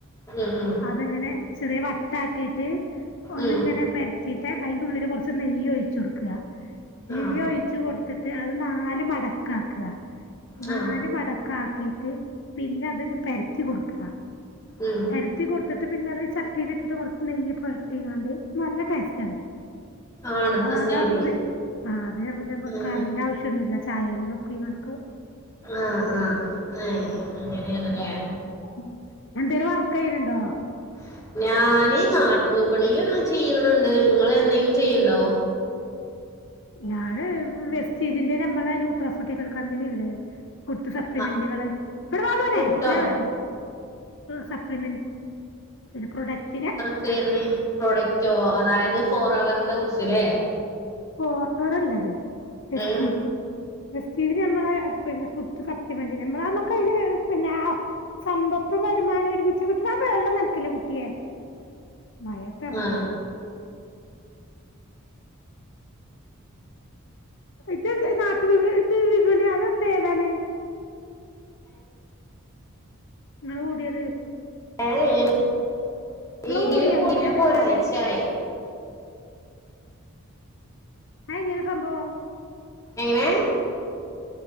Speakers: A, on the left (about 15°); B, on the left (about 60°).
A: ആഹ്, ആഹ്
B: ങ്ങനെ ചെറിയ വട്ടാക്കിട്ട് ഒന്ന്ങ്ങനെ
A: ഉം
B: പരത്തീട്ട്, അയിന്റെ ഉള്ളില് കൊറച്ച് നെയ്യ് ഒഴിച്ചൊട്ക്ക. നെയ്യ്
A: ആ
B: ഒഴി ച്ച് കൊടുത്തിട്ട് അത് നാല് മടക്കാക്ക. നാല്
A: ആ
B: മടക്കാക്കീട്ട് പിന്നത് പരത്തി കൊടുക്ക.
A: ഉം
B: പര ത്തി കൊടുത്തിട്ട്, പിന്നെ അത് ചട്ടീലിട്ടിട്ട് കൊറച്ച് നെയ്യ് പൊരട്ടിങ്ങാണ്ട്, നല്ല ടേസ്റ്റാണ്.
A: ആണത്
B: ആ അതാവുമ്പോ
A: ശരി
B: പിൻ, ആ അതേ പിന്നെ,
A: ആ
B: കറിന്റെ ആവശ്യ ന്നുല്ല. ചായേല് ഒപ്പിക്കാണ്ടൊക്കെ
A: ആഹ്.. ആഹ്. ഏഹ്, അങ്ങനെണ്ല്ലേ?
B: <inaudible> വർക്ക് ചെയ്യണുണ്ടോ
A: <inaudible> ഞാന് നാട്ട് വിപണിലൊന്ന് ചെയ്യ്ണ്ണ്ണ്ട്. ഇങ്ങള് എന്തേലും ചെയ്യ്ണ്ടോ?
B: ഞാന് വെസ്റ്റ്റ്റീജിന്റെ, നമ്മളെ നൂട്ര <unintelligible> കമ്പനില്ലേ. ! ഫുഡ്‌ സപ്ലിമെന്റുകള്.
A: ആ
B: ഇവ്ടെ വാ മോനെ..
A: ഫുഡോ
B: മായൊള്ളല്ലേ. സപ്ലിമെന്റുകള്. പിന്നെ, പ്രൊഡക്റ്റിനെ
A: ക്കെർന്. പ്രൊഡക്റ്റോ? അതായത് ഫോർ അവറിനെ കുറിച്ച്ല്ലേ?
B: ഫോർ എവറല്ല അത്. എസ്റ്റി
A: ഏ
B: ജ് ബെസ്റ്റീജ് ഞമ്മളെ, പിന്നെ ഫുഡ് സപ്ലിമെന്റ് മ്മളെ, മ്മക്ക് അയിന്ന് പിന്നെ, സമ്പത്തും, വരുമാനം ഒരുമിച്ച് കിട്ടണെ, ആ വെള്ളം നൻക്കല്ലേ കുട്ടിയെ.. ! മയെത്ത് എറങ്ങ
A: ആ
B: അവന് ഇതെന്താ? നാട്ടു വിപണി അതെന്താ? ഏതാണ്‌? ന്നാ കൂടിയേത്?
A: <unintelligible>
B: നിങ്ങള്
A: ഇതില്
B: കൂടിയറിഞ്ഞില്ലേ
A: കൂടിട്ട്
B: അതെന്താണ്
A: പ്പൊരാഴ്ച ആയി.
B: അയെങ്ങനെ സംഭവം?
A: എങ്ങനെ?